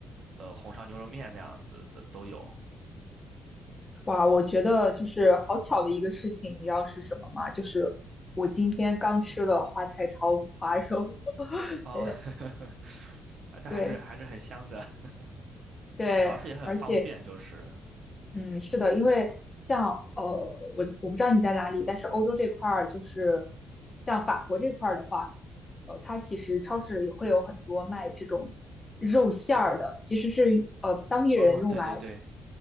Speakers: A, on the right; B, on the left.
A: 呃红烧牛肉面那样子的都有。
B: 哇，我觉得就是好巧的一个事情，你知道是什么吗？就是我今天刚吃了花菜炒五花肉。<laughs>
A: 哦，
B: 对
A: <laughs> 这还是还是很香的。
B: 对
A: <laughs>
B: 对，
A: 主要是也很方便，
B: 而且
A: 就是
B: 嗯，是的，因为像呃，我我不知道你在哪里，但是欧洲这块儿就是像法国这块儿的话，呃，它其实超市里会有很多卖这种肉馅儿的，其实是呃当地人用来
A: 哦，对对对，